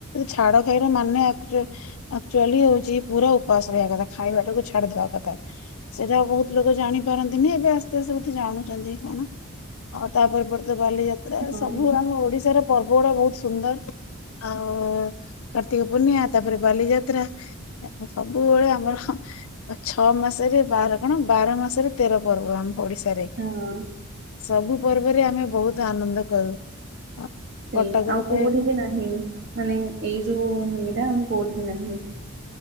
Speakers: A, on the left (about 75°); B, on the right (about 50°).
A: ଛାଡ ଖାଇର ମାନେ ଆକଚ୍ୟା-ଆକଚ୍ୟାଲି ହୋଉଚି ପୁରା ଉପାସ ରହିବା କଥା। ଖାଇବାଟାକୁ ଛାଡିଦବା କଥା। ସେଟା ବୋହୁତ ଲୋକ ଜାଣିପାରନ୍ତିନି ଏବେ ଆସ୍ତେ ଆସ୍ତେ ବୋଧେ ଜାଣୁଚନ୍ତି କଣ। ଆଉ ତାପରେ ପରେତ ବାଲିଯାତ୍ରା
B: ହଁ
A: ସବୁ ଆମ ଓଡିଶାର ପର୍ବ ଗୁଡା ବୋହୁତ ସୁନ୍ଦର ଆଉ କାର୍ତ୍ତିକ ପୂର୍ଣ୍ଣିଆ ତାପରେ ବାଲିଯାତ୍ରା। <unintelligible> ସବୁବେଳେ ଆମର ଛଅ ମାସରେ ବାର କଣ ବାର ମାସରେ ତେର ପର୍ବ ଆମ ଓଡିଶା ଶାରେ
B: ହଁ
A: ସବୁ ପର୍ବରେ ଆମେ ବହୁତ ଆନନ୍ଦ କରୁ। ଆଉ
B: ସେଇଆ
A: କଟକରେ
B: ଆଉ
A: ତ
B: କୋଉଠି
A: ଏ-
B: ବି ନାହିଁ ମାନେ ଏଇ ଯୋଉ ଇଏଟା ଆମ କୋଉଠି ବି ନାହିଁ।